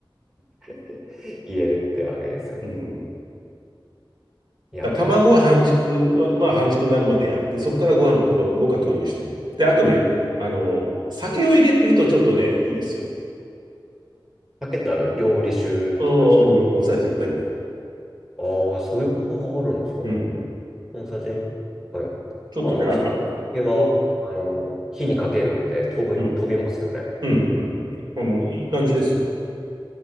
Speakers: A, in the centre; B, on the right (about 55°).
A: <laughs> 入れるってわけですよね。
B: う。うん。
A: いや、
B: だから卵は半熟は、まあ半熟になるまでやって、そこからご飯は僕は投入してる。で、あとね、あの、酒を入れるとちょっとね、いいですよ。
A: さけってあの、料理酒ってことですよね。
B: うん、うん、大さじ一杯ぐらい。
A: ああ、そういう方法があるんですか。
B: うん。
A: 大さじ、はい。
B: ちょっとね、
A: まあもちろん、
B: あ、あ、
A: お酒は、
B: お、
A: あの、火にかけるんで飛び、
B: うん、
A: 飛びますよね。
B: うん、うん。あの、いい感じですよ。